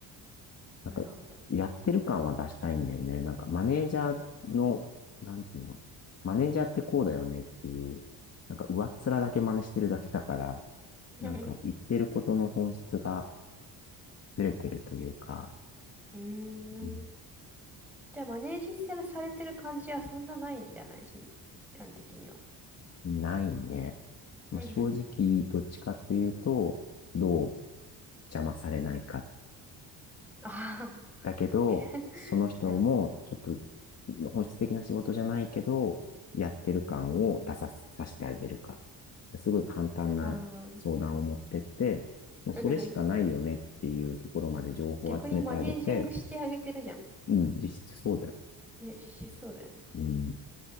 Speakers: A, on the left (about 40°); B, in the centre.
A: なんか、
B: なるほど。
A: やってる感は出したいんだよね。なんか、マネージャーの、なんていうの、マネージャーってこうだよねっていう、なんか、上っ面だけ真似してるだけだから、
B: <laughs>
A: なんか、言ってることの本質がずれてるというか、
B: うー
A: うん
B: ん。じゃあ、マネージされてる感じはそんなないんじゃないしんちゃん的には。
A: ないね。まあ、
B: <laughs>
A: 正直、どっちかっていうと、どう邪魔されないか
B: ああ。
A: だけど、
B: <laughs>
A: その人も、
B: なるほど。
A: ちょっと、本質的な仕事じゃないけど、やってる感を出さ、させてあげるか。すごい簡単な相談を持ってって、
B: ああ。
A: もうそれしかないよねっていうところまで情報を集めてあげて、
B: <laughs> 逆にマネージングしてあげてるじゃん。
A: うん、実質そうだよ。
B: ね、実施そうだよね。
A: うん。